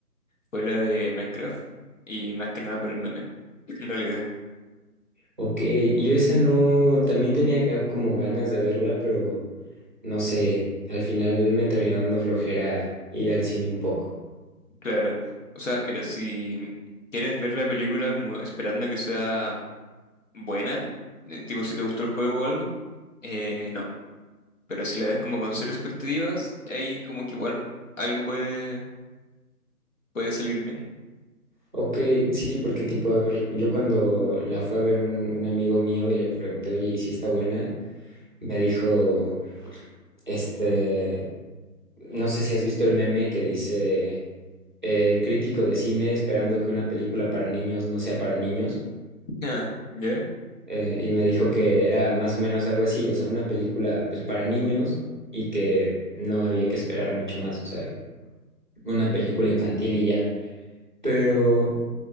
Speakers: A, on the left (about 55°); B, on the right (about 30°).
A: fue la de Minecraft. Y más que nada por el meme, <laughs> en realidad.
B: Ok, yo esa no, también tenía ga- como ganas de verla, pero no sé, al final me terminó dando flojera ir al cine un poco.
A: Claro. O sea, mira, si quieres ver la película como esperando que sea buena, eh, tipo si te gustó el juego o algo, eh, no. Pero si la ves como con cero expectativas, ahí como que igual algo puede, puede salir bien.
B: Ok, sí, porque tipo, a ver, yo cuando la fui a ver un, un amigo mío y le pregunté, oye, ¿y si está buena? Me dijo, este, no sé si has visto el meme que dice, eh, crítico de cine esperando que una película para niños no sea para niños.
A: Ah, ¿ya?
B: eh, y me dijo que era más o menos algo así, o sea, una película pues para niños y que no había que esperar mucho más, o sea, una película infantil y ya. Pero